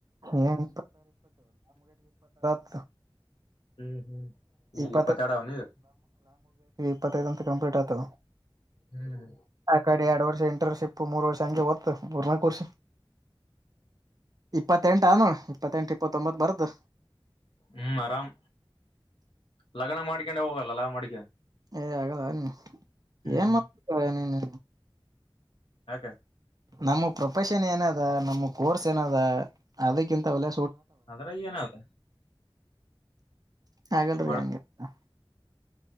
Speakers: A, on the right (about 45°); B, on the left (about 70°).
A: ಏನ್ <inaudible>
B: ಹ್ಮ್ ಹ್ಮ್
A: ಇಪ್ಪತ್ತಾ
B: ಈಗ ಇಪ್ಪತ್ತೆರಡ ಅವನ ಈಗ
A: ಇಪ್ಪತ್ತೈ ಅಂತ ಕಂಪ್ಲೀಟ್ ಆಯತು
B: ಹ್ಮ್
A: ಆ ಕಡೆ ಎರಡು ವರ್ಷ ಎ ಇಟರ್ಶಿಪ್ ಮೂರ್ ವರ್ಷ ಹಂಗೆ ಒತ್ತು ಮೂರ್ ನಾಲ್ಕು ವರ್ಷ ಇಪ್ಪತ್ತೆಂಟ ಅ ನೋ ಇಪ್ಪತ್ತೆಂಟು ಇಪ್ಪತ್ತೊಂಬತ್ತು ಬರದುು
B: ಹ್ಮ್ ಆರಾಮ್ ಲಗ್ನ ಮಾಡ್ಕೊಂಡೆ ಹೋಗಲ್ಲಲ್ಲಾ ಮಾಡಡಿಕ
A: ಏ ಆಗಲ್ಲ ಏನ್ <unintelligible>
B: ಹ್ಮ್
A: ಮಾಡಡ್ತ ನೀನು
B: ಹ
A: ನಮ್ಮ ಪ್ರೊಫೆಷನ್ ಏನದ ನಮ್ಮ ಕೋರ್ಸ್ ಏನದ ಅದಕ್ಕಿಂತ ಒಳ್ಳ
B: ಅದ್ರ ಏನದ
A: ಹಾಗಲ್ರಿ
B: ಮಾಡ
A: ಹಂಗಗೆ